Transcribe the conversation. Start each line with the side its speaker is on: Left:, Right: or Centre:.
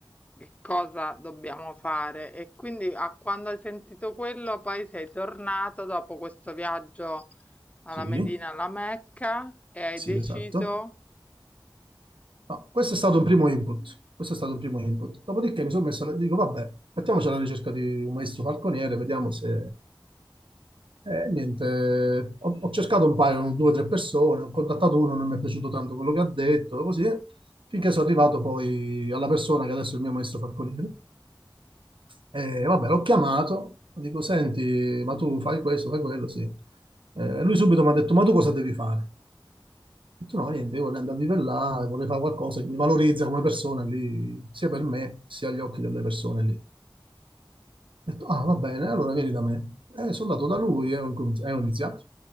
Left: che cosa dobbiamo fare. E quindi a quando hai sentito quello, poi sei tornato dopo questo viaggio alla
Right: Sì,
Left: Medina, alla Mecca, e hai
Right: sì,
Left: deciso.
Right: esatto. No, questo è stato un primo input. Questo è stato un primo input. Dopodiché mi sono messo, e dico, vabbè, mettiamoci alla ricerca di un maestro falconiere, vediamo se... Eh, niente, ho, ho cercato un paio, due o tre persone, ho contattato uno, non mi è piaciuto tanto quello che ha detto, così, eh, finché sono arrivato poi alla persona che adesso è il mio maestro falconiere. E vabbè, l'ho chiamato, dico, senti, ma tu fai questo, fai quello, sì. Eh, lui subito mi ha detto, ma tu cosa devi fare? Ho detto no, niente, io voglio andare a vivere là, vorrei fare qualcosa che mi valorizza come persona lì, sia per me, sia agli occhi delle persone lì. Ho detto, ah, va bene, allora vieni da me. E sono andato da lui e ho incominci- e ho iniziato.